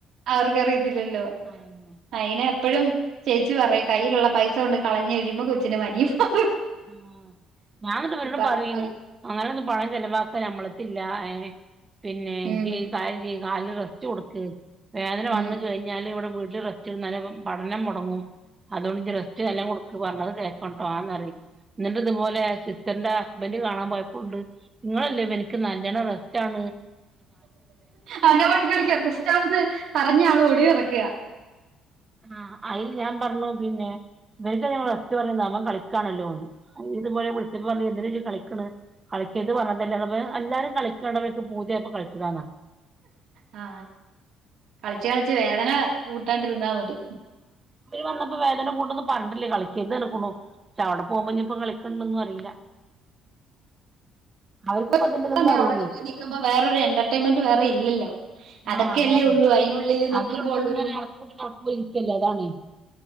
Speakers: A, on the right; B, on the right.
A: അവർക്കറിയത്തില്ലല്ലോ
B: അയന്നെ
A: അയിനെ എപ്പഴും ചേച്ചി പറയു കയ്യിലുള്ള പൈസ കൊണ്ട് കളഞ്ഞ് കഴിയുമ്പോ കൊച്ചിന് മനീം മാറു
B: ആ ഞാന്നിട്ടവരോട്
A: പറഞ്ഞ
B: പറയു
A: പോലെ
B: അങ്ങനെ ഒന്ന് പണം ചെലവാക്കാ ഞമ്മള ട്ത്തില്ല ഏ പിന്നെ
A: ഉം
B: ജീകാര്യംചെയ് കാല്ന് റസ്റ്റ്‌ കൊടുക്ക വേദന
A: ഉം
B: വന്ന് കഴിഞ്ഞാല് ഇവിടെ വീ ട്ടില് റെസ്റ്റ് ന്നാലെ ഇവ പഠനം മൊടങ്ങും അതോണ്ട് ജി റെസ്റ്റ് നല്ലോം കൊടുക്ക് പറഞ്ഞത് കേട്ടോൺട്ടോ ആന്നറി ന്നിട്ട് ഇതുപോലെ സിസ്റ്ററിന്റെ ഹസ്ബന്ഡ് കാണാൻ പോയപ്പോണ്ട് ഇങ്ങളല്ലേ ഇവന്ക്ക് നല്ലവണം റെസ്റ്റ് ആാണ്
A: അവന് ഓടി കളിക്കാറസ്റ്റാണെന്ന് പറഞ്ഞ ആള് ഓടി ഇറക്ക
B: ആ അതിൽ ഞാൻ പറഞ്ഞു പിന്നെ ഇവര്ത് റസ്റ്റ് പറയുന്ന അവൻ കളിക്കാണല്ലോന്ന് അ ഇത് പോയ <unintelligible> ഇവരല്ലേ കളിക്കണ് കളിക്കത് പറഞ്ഞതല്ല എല്ലാരും കളിക്കണ്ടക്ക് പൂതിയപ്പൊ കളിച്ചതാന്ന
A: ആ കളിച്ചു കളിച്ചു വേദന കൂട്ടാണ്ടിരുന്നാ മതി
B: പ്പോയി വന്നപ്പോ വേദന കൂട്ടൊന്നു പറഞ്ഞിട്ടല്ലേ കളിക്കർത്തുക്കുനു പക്ഷെ അവടെ പോകുമ്പോ ഇനിപ്പോ കളിക്കണ്ടന്നു അറിയില്ല
A: <inaudible>
B: അവർക്കിപ്പോ
A: <unintelligible>
B: ഇതിന്റെ ഇതൊന്നും അറിയില്ലേ
A: അവിടൊക്കെ പോയിനിക്കുമ്പോ വേറൊരു എന്റർടൈൻമെന്റ് വേറെ ഇല്ലല്ലോ അതൊക്കെ
B: ആഹ് അതാണേ
A: അല്ലേ ഉള്ളൂ, അയിനുള്ളില് നിക്കുമ്പോള്ളൊരു
B: അതിനുള്ളിൽ ഇങ്ങനെ അടച്ച് പൂട്ടി ഇരിക്കല്ലേ അതാണേ